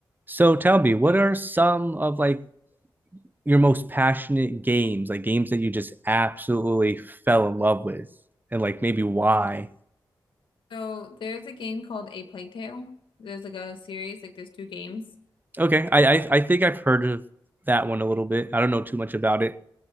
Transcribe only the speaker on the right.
So tell me, what are some of like your most passionate games, like games that you just absolutely fell in love with, and like maybe why?
Okay, I I, I think I've heard of that one a little bit. I don't know too much about it. <laughs>